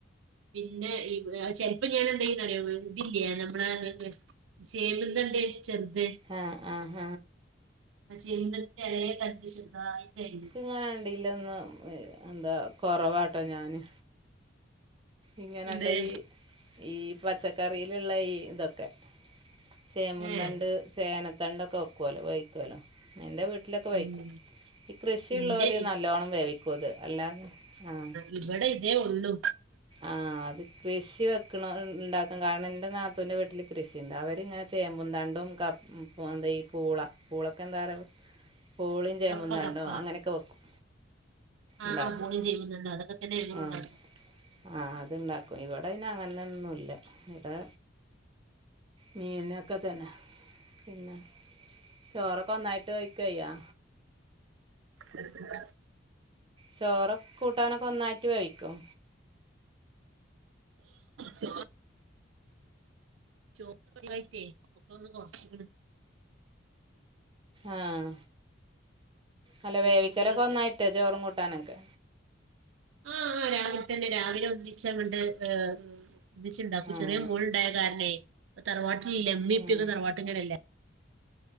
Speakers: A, on the right (about 80°); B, on the right (about 30°).
A: പിന്നെ ഈ ചെിലപ്പോ ഞാൻ എന്താന്ന് അറിയോ ഇതില്ല നമ്മള ചെമ്പുന്തണ്ട് ചെറുത്
B: ആഹ് ആഹ് ഹ
A: പ ചിതിന്റെ ഇലയെ തണ്ടി ചെറുതായി കഴിഞ്ഞു
B: അങ്ങനാണ്ടല്ലന്ന് എന്താ കുറവാട്ടോ ഞാന് ഇങ്ങനെയണ്ട
A: എന്ത്
B: ഈ ഈ പച്ചക്കറിയിലുള്ള ഈ ഇതൊക്കെ ചെമ്പുംതണ്ട്
A: ഏഹ്
B: ചേനത്തണ്ട് ഒക്കെ വെക്കുവലോ ഉപയോക്കുവലോ എന്റെ വീട്ടിലൊക്കെ വയിക്കും
A: ഉം
B: ഈ കൃഷിയുള്ള
A: ഇന്റെ
B: പോല നല്ലോണ്ണം വേവിക്കൂത് അല്ലാതെ ആഹ്
A: ഒരുവിട ഇതേ ഒള്ളു
B: ആഹ് അത് കൃഷി വെക്കണം ഇ ഇണ്ടാക്കാൻ കാരണം എൻ്റെ നാത്തൂൻ്റെ വീട്ടില് കൃഷിയുണ്ട്. അവരിങ്ങനെ ചെയ്യുമ്പന്താണ്ടും <unintelligible> എന്തായി പൂള പൂളക്ക് എന്താ <unintelligible> പൂളേം ചേമ്പിൻ
A: കപ്പ
B: തണ്ടും
A: കപ്പ
B: അങ്ങനെക്കെ വെക്കും.
A: ആഹ്
B: ഉണ്ടാക്കും
A: ആഹ് <unintelligible> ചെയ്യുന്നുണ്ട്. അതൊക്കെ തന്നെ <unintelligible>
B: ആഹ് ആഹ് അത്ണ്ടാക്കും ഇവിടെ പിന്നെ അങ്ങനൊന്നുല്ല ഇവിടെ മീനൊക്കെ തന്ന. പിന്നെ ചോറൊക്കെ <unintelligible> <unintelligible>
A: എടുക്ക
B: ചോറും കൂട്ടാനൊക്കെ ഒന്നായിട്ട് വേവിക്കും.
A: ചോ <unintelligible> ഒക്കെ ഒന്ന് കൊറച്ച്ക്കണ്.
B: ആഹ്, അല്ല
A: ചോറുണ്ണലൊക്കെ
B: വേവിക്കലൊക്കെ ഒന്നായിട്ട് ചോറും കൂട്ടാനൊക്കെ
A: ആഹ് ആഹ് രാവിലെ തന്നെ രാവിലെ ഒന്നിച്ച് അങ്ങണ്ട് ഏഹ്. <unintelligible> അപ്പൊ
B: ആഹ്
A: ചെറിയ മോളുണ്ടായ കാരണേ. തറവാട്ടിലില്ലേ ഇമ്മീം
B: ആഹ്
A: ഇപ്പിയൊക്കെ തറവാട്ട്ങ്ങലല്ലേ.